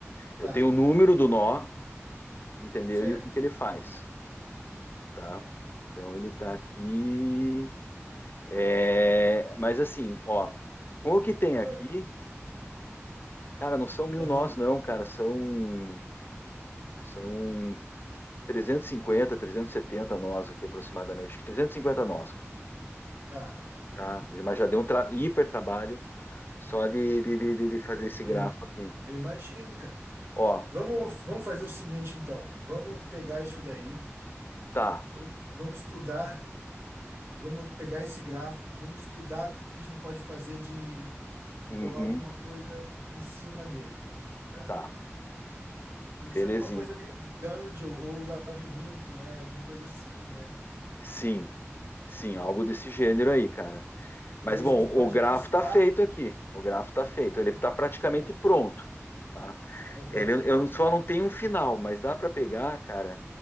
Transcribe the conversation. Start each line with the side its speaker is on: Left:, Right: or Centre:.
Left: Eu
Right: tá.
Left: tenho o número do nó, entendeu?
Right: Certo.
Left: E o que que ele faz, tá? Então ele tá aqui, é, mas assim, ó, com o que tem aqui,
Right: Ah,
Left: cara, não são mil
Right: Aham.
Left: nós não, cara, são são trezentos trezentos e cinquenta, trezentos e setenta nós aqui aproximadamente, Acho que 350 nós, cara,
Right: Tá.
Left: tá? Mas já deu um tra- hiper trabalho só de, de, de, de- de fazer
Right: É,
Left: esse
Right: eu,
Left: grafo
Right: ima-
Left: aqui.
Right: eu imagino, cara.
Left: Ó,
Right: Vamos, vamos fazer o seguinte, então. Vamos pegar isso daí,
Left: tá,
Right: vamos, vamos estudar, vamos pegar esse grafo, vamos estudar o que a gente pode fazer de, de
Left: uhum,
Right: bolar alguma coisa em cima dele, tá?
Left: tá,
Right: Tem
Left: belezinha.
Right: que ser alguma coisa meio dungeon ou labirinto, né? Alguma coisa assim, né?
Left: Sim, sim, algo desse gênero aí, cara.
Right: Daí
Left: Mas bom,
Right: a gente
Left: o
Right: pode
Left: grafo
Right: testar.
Left: está feito aqui. O grafo está feito. Ele está praticamente
Right: Então,
Left: pronto, tá?
Right: aham.
Left: Ele, eu só não tenho um final, mas dá para pegar, cara,